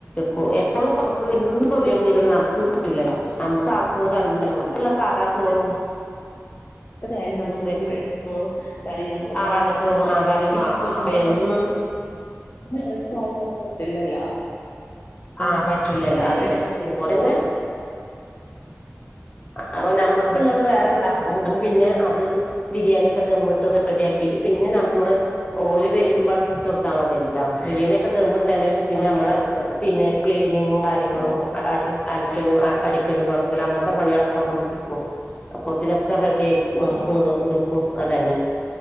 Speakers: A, on the left (about 25°); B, on the left (about 45°).
A: ക എപ്പോഴും നമുക്ക് എന്ത വീണച്ച നടക്ക് കുറ്റില്ലല്ലോ നമുക്ക് ചോ കരുന്തലുംണ്ട് ഉള്ള സാധാ ചോറും
B: ആായാലും നമുക്ക്
A: കറിയൊക്കെ
B: ഇത്തിരി വെള്ളം ചോറും കറി നമ്മള്
A: ആ
B: കറി
A: വെള്ളച്ചോറും
B: സധ കൂട്ട്
A: ആ കറിയും
B: ഇപ്പൊ
A: വേണം
B: ഇ
A: അപ്പൊ എന്നും
B: സമയത്ത് എറച്ച ആ പറ്റില്ലല്ലോ
A: ആഹ്
B: ആഹ
A: പറ്റൂലല്ലോ
B: ചിരി
A: അതന്നെ
B: ഒഴിച്ചു അറിയ
A: അതുപോലെ
B: ഒഴിച്ചോ
A: തന്നെ അൊ നമ്മക്ക
B: ആ
A: ഉണ്ടത് വേറെണ്ടാ ത് പിന്നെ അത് ബിരിയാണിയൊക്കെ ദമ്മിട്ട് റെഡിയാക്കിട്ട് പിന്നെ നമ്മള് ഓ വരുമ്പോ ർത്താ മതില്ലചനക്കെ ം പിന്നെ
B: ആ മതി
A: നമ്മള
B: ഓക്കെ മതി
A: പിന്നെ ക്ലീനിങ്ങും കാര്യങ്ങളും
B: ആ
A: അലക്കലും അടിക്കലും തുൊടക്കല്ലും അങ്ങനത്തെ പണികളൊക്കെമ്മണ്ട് എടുക്കും അപ്പൊ ഒത്തിരി കുക്കർ റെഡി ആായി നി
B: ആ
A: എടുക്കും അതന്നെ